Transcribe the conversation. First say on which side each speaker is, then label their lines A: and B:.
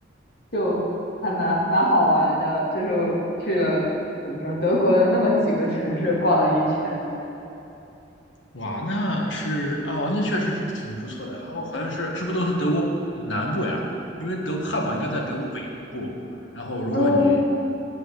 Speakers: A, on the left; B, on the left.
A: 就还蛮蛮好玩的，就是去了怎么说德国的那么几个城市逛了一圈。
B: 过。哇，那是哦，那确实是挺不错的。然后好像是是不是都是德国南部呀？因为德汉堡应该在德国北部。然后如果你
A: 呃，